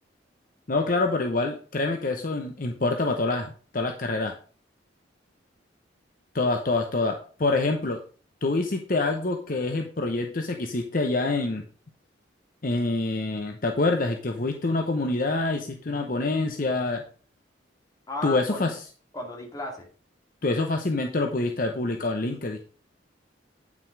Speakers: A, on the left; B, on the left.
A: No, claro, pero igual créeme que eso im- importa para todas las, todas las carreras. Todas, todas, todas. Por ejemplo, tú hiciste algo que es el proyecto ese que hiciste allá en, en- ¿te acuerdas? El que fuiste a una comunidad, hiciste una ponencia.
B: Ah,
A: Tú eso,
B: cuando,
A: fac-
B: cuando di clases.
A: tú eso fácilmente lo pudiste haber publicado en LinkedIn